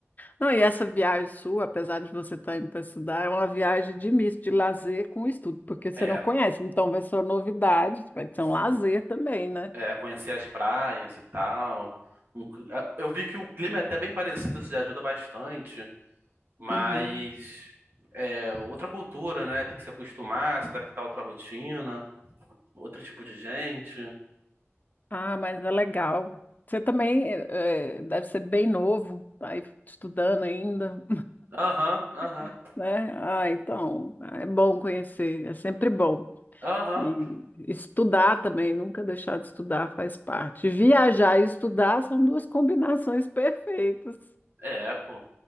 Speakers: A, on the left; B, on the right.
A: Não, e essa viagem sua, apesar de você estar indo para estudar, é uma viagem de misto, de lazer com estudo, porque você
B: É,
A: não conhece, então vai ser uma novidade, vai ser
B: sim.
A: um lazer também, né?
B: É, conhecer as praias e tal. Um cli- ah, Eu vi que o clima é até bem parecido, isso já ajuda bastante. Mas
A: Uhum.
B: é outra cultura, né? Tem que se acostumar, se adaptar a outra rotina, outro tipo de gente.
A: Ah, mas é legal. Você também eh, eh, deve ser bem novo, tá aí estudando ainda,
B: Aham, aham,
A: <laughs> né? Ah, então, ah, é bom conhecer, é sempre bom.
B: aham.
A: E estudar também, nunca deixar de estudar faz parte. Viajar e estudar são duas combinações perfeitas.
B: É, pô.